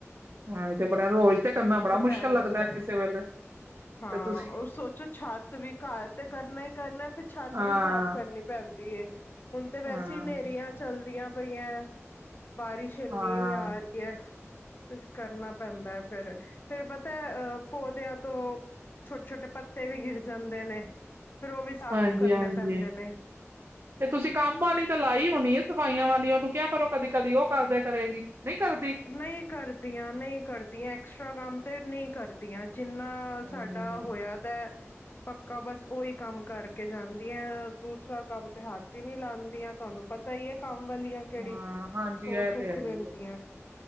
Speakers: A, on the right (about 55°); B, on the left (about 45°).
A: ਹਾਂ, ਤੇ ਬੜਾ ਰੋਜ ਤੇ ਕਰਨਾ ਬੜਾ ਮੁਸ਼ਕਿਲ
B: ਪੈ
A: ਲੱਗਦਾ
B: ਜਾਂਦਾ
A: ਕਿਸੇ ਵੇਲੇ।
B: ਹਾਂ
A: ਤੇ ਤੁਸੀਂ
B: ਉਹ ਸੋਚੋ, ਛੱਤ ਵੀ ਘਰ ਤੇ ਕਰਨਾ ਹੀ ਕਰਨਾ, ਫੇਰ ਛੱਤ
A: ਹਾਂ
B: ਵੀ ਸਾਫ਼ ਕਰਨੀ ਪੈਂਦੀ ਏ। ਹੁਣ ਤੇ ਵੈਸੇ
A: ਹਾਂ
B: ਹਨੇਰੀਆਂ ਚਲਦੀਆਂ ਪਈਆਂ, ਬਾਰਿਸ਼ ਇੰਨੀ
A: ਹਾਂ
B: ਆ ਰਹੀ ਹੈ। ਇਸ ਕਰਨਾ ਪੈਂਦਾ ਹੈ ਫੇਰ -ਫੇਰ, ਪਤਾ ਹੈ, ਆ ਪੌਦਿਆਂ ਤੋਂ। ਛੋਟੇ- ਛੋਟੇ ਪੱਤੇ ਵੀ ਗਿਰ ਜਾਂਦੇ ਨੇ, ਫਿਰ ਉਹ ਵੀ ਸਾਫ
A: ਹਾਂਜੀ,
B: ਕਰਨੇ
A: ਹਾਂਜੀ
B: ਪੈਂਦੇ ਨੇ।
A: <inaudible> ਤੇ ਤੁਸੀਂ ਕੰਮ ਵਾਲੀ ਤਾਂ ਲਾਈ ਹੋਣੀ ਏ, ਸਫਾਈਆਂ ਵਾਲੀਆਂ, ਉਹਨੂੰ ਕਿਆ ਕਰੋ ਕਦੀ -ਕਦੀ ਉਹ ਕਰਦਿਆ ਕਰੇਗੀ। ਨਹੀ ਕਰਦੀ।
B: ਨਈ ਕਰਦੀਆਂ, ਨਈ ਕਰਦੀਆਂ, ਐਕਸਟਰਾ ਕੰਮ ਤੇ ਨਈ ਕਰਦੀਆਂ। ਜਿੰਨਾ
A: ਹਾਂ,
B: ਸਾਡਾ ਹੋਇਆ ਦੈ।
A: <unintelligible>
B: ਪੱਕਾ ਬਸ ਉਹੀ ਕੰਮ ਕਰਕੇ ਜਾਂਦੀਆਂ ਦੂਸਰਾ ਕੰਮ ਤੇ ਹੱਥ ਹੀ ਨਹੀਂ ਲਾਉਂਦੀਆਂ ਤੁਹਾਨੂੰ, ਪਤਾ ਹੀ ਹੈ ਕੰਮ ਵਾਲੀਆਂ ਕਿਹੜੀ,
A: ਹਾਂ ਹਾਂਜੀ
B: ਸੋ
A: ਇਹ
B: ਸੁੱਖ
A: ਤੇ ਹੈ ਹੀ
B: ਦਿੰਦੀਆਂ।
A: ਆ।